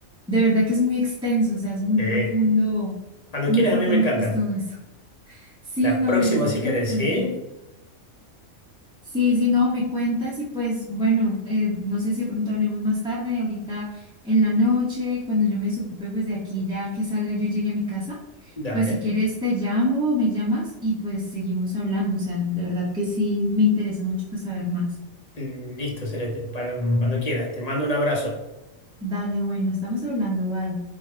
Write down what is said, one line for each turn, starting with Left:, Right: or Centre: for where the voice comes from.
Centre: de verdad que es muy extenso, o sea, es muy
Left: Sí.
Centre: profundo,
Left: Cuando
Centre: muy
Left: quieras,
Centre: profundo
Left: a mí me encanta.
Centre: pues todo eso. Sí,
Left: La
Centre: no,
Left: próxima,
Centre: necesito
Left: si
Centre: que
Left: querés,
Centre: me cuentes.
Left: ¿sí?
Centre: Sí, sí, no, me cuentas y pues bueno, eh, no sé si de pronto hablemos más tarde, ahorita en la noche, cuando yo me desocupe pues de aquí ya que salga yo y llegue a mi casa,
Left: Dale.
Centre: pues si quieres te llamo o me llamas y pues seguimos hablando, o sea, de verdad que sí, me interesa mucho pues saber más.
Left: Listo, Celeste. Para, cuando quieras. Te mando un abrazo.
Centre: Dale, bueno, estamos hablando, bye.